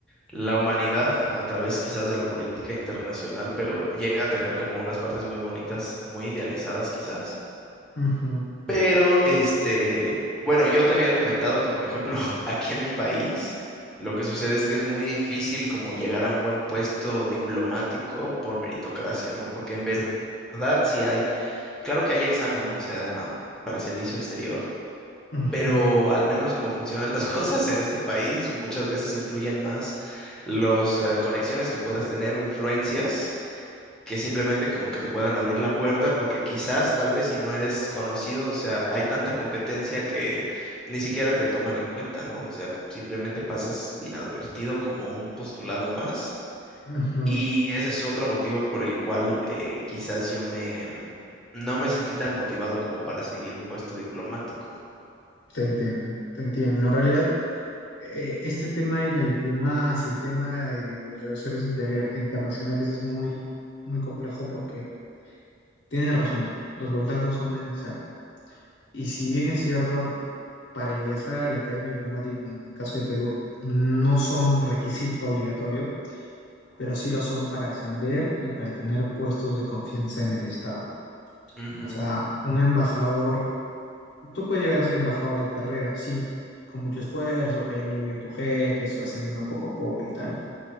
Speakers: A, in the centre; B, on the left (about 70°).
A: la humanidad a través quizás de la política internacional, pero llega a tener como unas partes muy bonitas, muy idealizadas quizás.
B: ujú,
A: Pero, este, bueno, yo te había comentado que, por ejemplo, <laughs> aquí en mi país, lo que sucede es que es muy difícil como llegar a un buen puesto diplomático por meritocracia, ¿no? Porque en ver- verdad sí hay, claro que hay examen, ¿no? O sea, para el servicio exterior,
B: ujú,
A: pero al menos como funcionan las <laughs> cosas en este país, muchas veces influyen más las conexiones que puedas tener o influencias que simplemente como que te puedan abrir la puerta, porque quizás, tal vez si no eres conocido, o sea, hay tanta competencia que ni siquiera te toman en cuenta, ¿no? O sea, simplemente pasas inadvertido como un postulado más.
B: ujú.
A: Y ese es otro motivo por el cual eh, quizás yo me no me sentí tan motivado como para seguir un puesto diplomático.
B: Te entiendo, te entiendo.
A: Ujú,
B: En realidad, eh, este tema de la diplomacia, el tema de relaciones inter- internacionales es muy, muy complejo porque tiene razón, los contactos son necesarios. Y si bien es cierto, para ingresar a la Academia Diplomática, en el caso de Perú, no son requisito obligatorio, pero sí lo son para ascender y para tener puestos de confianza en el Estado.
A: ujú,
B: O sea, un embajador Tú puedes llegar a ser embajador de carrera, sí, con mucho esfuerzo, cayéndole bien a tus jefes, ascendiendo poco a poco y tal.